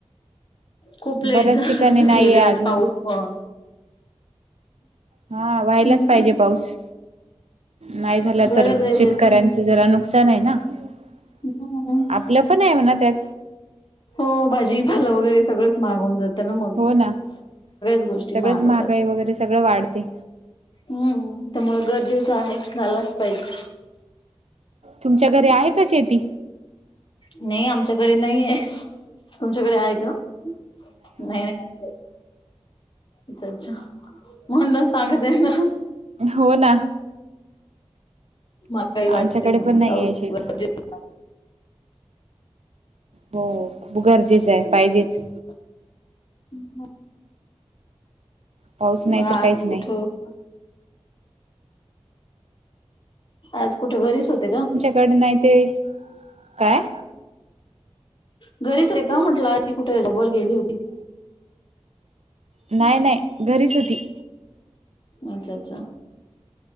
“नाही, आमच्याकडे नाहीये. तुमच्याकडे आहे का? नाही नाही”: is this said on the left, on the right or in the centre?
Left